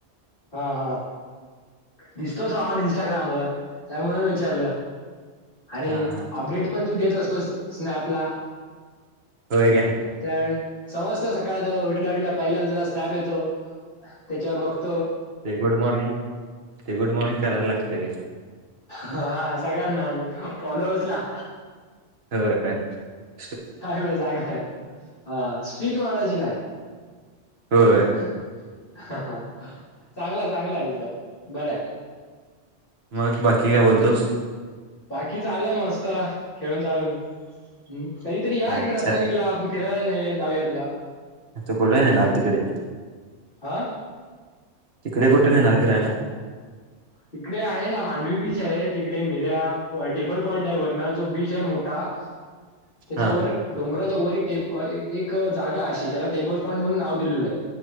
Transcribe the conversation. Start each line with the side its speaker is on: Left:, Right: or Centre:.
Left: हा हा... दिसतो समान इंस्टाग्राम वर त्यामुळेून विचारलं.. आणि
Right: हा हा
Left: अपडेट पण तू देत असतो स्नॅपला..
Right: होय काय
Left: त्यावेळेस समजत सकाळ ज उठल्या उठल्या पहिल्या ज स्टॅप येतो त्याच्यावर बघो...
Right: ते गुड मॉर्निंग ते गुड मॉर्निंग करायला लागते रे...
Left: हा सगळ्यांना म्हणजे फॉलोअर्स ला...
Right: हो <unintelligible>
Left: चांगलंय, चांगलंय ह स्रीक म्हडायची ना,
Right: होय
Left: <unintelligible> चांगला, चांगला आहे तिचां बर आहे.
Right: मग बाकी काय बोलतोस?
Left: बाकी चालय मस्त खेळून चालून हम्म. कधीतरी या
Right: अच्छा
Left: इकडे रत्नागिरी ला आपण फिरायला जाऊया जाऊया
Right: आता कुठे येणार आरतीकडे..
Left: हा...
Right: तिकडे कुठे नेणार फिरायला?
Left: तिकडे आहे ना मांडवी बीच आहे, तिकडे मिर्या टेबल पॉईंट आहे, वारन जो बीच आहे मोठा.. त्याच्यावर
Right: हा
Left: डोंगरा.. त्यावर एक जागा अशी त्याला टेबल पॉईंट म्हणून नाव दिलेलं आहे,